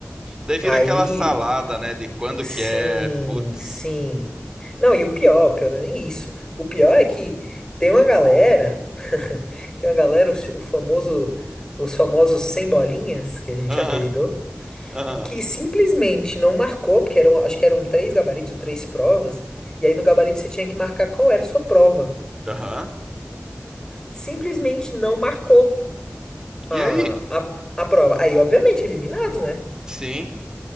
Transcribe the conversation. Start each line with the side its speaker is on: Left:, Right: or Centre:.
Right: Daí vira
Left: Aí,
Right: aquela salada, né? De quando
Left: sim,
Right: que é, putz.
Left: sim. Não, e o pior, o pior não é nem isso. O pior é que tem uma galera, <laughs> tem uma galera, o, o famoso, os famosos sem bolinhas, que a gente
Right: Ah,
Left: apelidou,
Right: ah,
Left: que simplesmente não marcou, porque eram, acho que eram três gabaritos ou três provas, e aí no gabarito você tinha que marcar qual era a sua prova.
Right: aham.
Left: Simplesmente não marcou
Right: E
Left: a,
Right: aí?
Left: a, a prova. Aí, obviamente, eliminado, né?
Right: Sim.